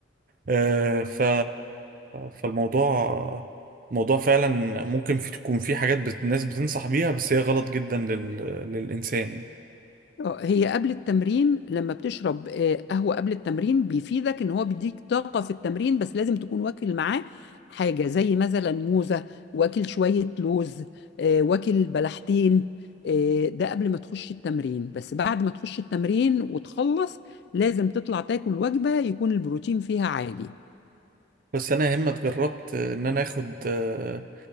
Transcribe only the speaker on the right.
آه، ف فالموضوع موضوع فعلا ممكن في تكون في حاجات بت... الناس بتنصح بيها بس هي غلط جدا لل... للإنسان يعني
بس أنا يا إما جربت إن أنا آخد آه،